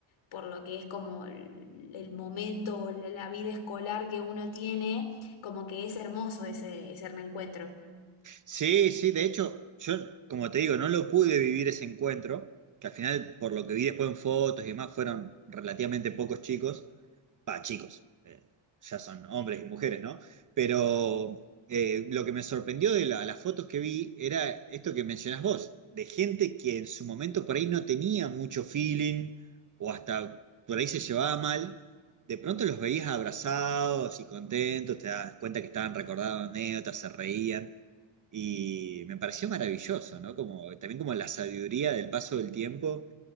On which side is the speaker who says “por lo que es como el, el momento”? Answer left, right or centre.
Left